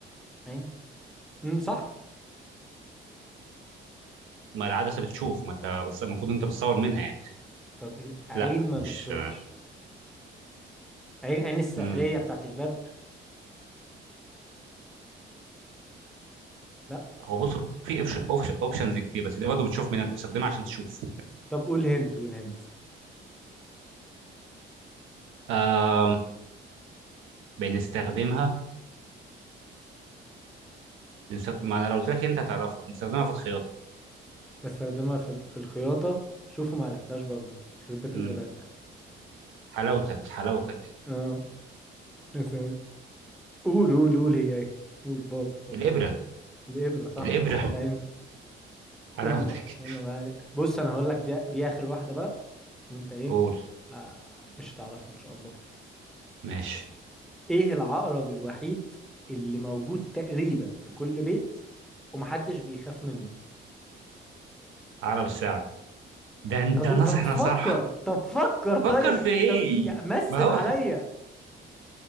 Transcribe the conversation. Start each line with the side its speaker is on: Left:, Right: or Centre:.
Centre: عين امم صح
Right: ما العدسة بتشوف ما انت بتص- المفروض انت بتصور منها يعني
Centre: طب عين
Right: لا
Centre: ما
Right: مش
Centre: بتشوفش عين عين السحرية
Right: امم
Centre: بتاعت الباب لا
Right: هو بصوا في اوبشنز كتير بس دي برضه بتشوف مين انت بتستخدمها عشان تشوف
Centre: طب قول هنت قول هنت
Right: آم، بنستخدمها بنست... ما انا لو قلت لك انت هتعرفها بنستخدمها في الخياطه
Centre: بستخدمها في ال- في الخياطة شوفوا ما عرفتهاش برضو خربت
Right: امم
Centre: الغباء
Right: حلاوتك حلاوتك
Centre: اه بس قول قول قول هي ايه قول باظ خالص
Right: الابره
Centre: الإبرة صح
Right: الابره
Centre: لا انت
Right: <laughs> حلاوتك
Centre: يلا يلا ما عليك. بص انا هقول لك دي دي اخر واحده بقى وانت ايه
Right: قول
Centre: آه مش هتعرفها ان شاء الله
Right: ماشي
Centre: ايه العقرب الوحيد اللي موجود تقريبا في كل بيت ومحدش بيخاف منه
Right: عقرب الساعه ده انت
Centre: طب
Right: ناصح
Centre: طب فكر
Right: نصح
Centre: طب فكر طيب
Right: فكر في ايه
Centre: طب يا مثل
Right: ما هو
Centre: عليا